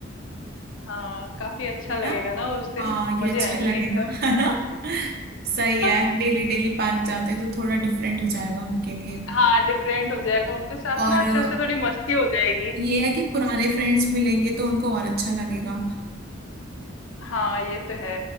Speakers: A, on the left (about 85°); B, on the right (about 50°).
A: हाँ काफी अच्छा
B: है
A: लगेगा
B: ना
A: ना उस दिन
B: हाँ
A: मजे
B: ये अच्छा
A: आएंगे
B: <laughs> लगेगा
A: एकदम
B: है ना सही है
A: <laughs>
B: डेली डेली पार्क जाते हैं तो थोड़ा डिफरेंट हो जाएगा उनके लिए
A: हाँ डिफरेंट हो जाएगा उनके साथ
B: और
A: ना अच्छे
B: अ,
A: से थोड़ी मस्ती हो जाएगी
B: ये है कि पुराने फ्रेंड्स मिलेंगे तो उनको और अच्छा लगेगा
A: हाँ ये तो है